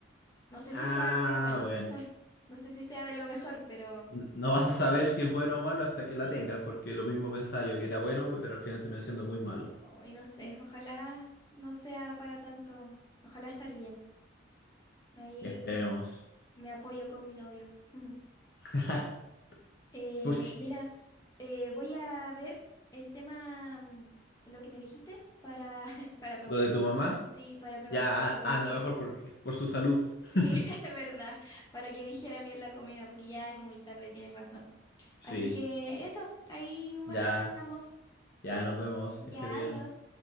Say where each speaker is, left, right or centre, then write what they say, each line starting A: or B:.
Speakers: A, on the left; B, on the left.
A: No sé
B: Ah,
A: si sea muy bueno,
B: bueno.
A: <laughs> no sé si sea de lo mejor, pero
B: n- No vas a saber si es bueno o malo hasta
A: sí.
B: que la tengas, porque lo mismo pensaba yo que era bueno, pero al final terminó siendo muy malo.
A: Hoy no sé, ojalá no sea para tanto. Ojalá estar bien. Ahí
B: Esperemos.
A: me apoyo con mi novio. <laughs>
B: <laughs>
A: Eh,
B: Porque
A: mira, eh, voy a ver el tema, mm, lo que me dijiste, para, <laughs> para preguntarle
B: lo de tu
A: a
B: mamá,
A: mi mamá. Sí, para preguntarle,
B: ya, a-
A: porque
B: anda mejor porque, por su salud.
A: Sí,
B: <laughs>
A: <laughs> es verdad, para que dijera bien la comida, porque ya es muy tarde, tienes razón.
B: Sí,
A: Así que eso, ahí más
B: ya,
A: tarde hablamos.
B: ya nos vemos,
A: Ya,
B: que estés bien.
A: adiós.